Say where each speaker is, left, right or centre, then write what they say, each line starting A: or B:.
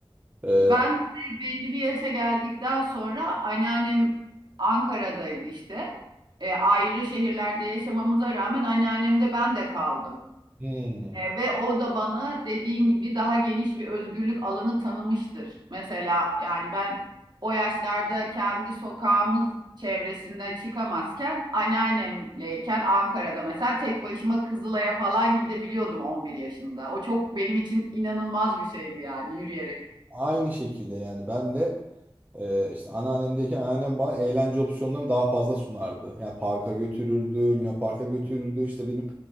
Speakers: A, on the right; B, on the right.
A: Ee,
B: ben de belli bir yaşa geldikten sonra anneannem Ankara'daydı işte. E, ayrı şehirlerde yaşamamıza rağmen anneannemde ben de kaldım.
A: Hmm.
B: E, ve o da bana dediğin gibi daha geniş bir özgürlük alanı tanımıştır. Mesela yani ben o yaşlarda kendi sokağımız çevresinde çıkamazken anneannemleyken Ankara'da mesela tek başıma Kızılay'a falan gidebiliyordum 11 yaşında. O çok benim için inanılmaz bir şeydi yani yürüyerek.
A: Aynı şekilde yani ben de e, işte anneannemdeki anneannem bana eğlence opsiyonlarını daha fazla sunardı. Yani parka götürürdü, Luna Park'a götürürdü. İşte benim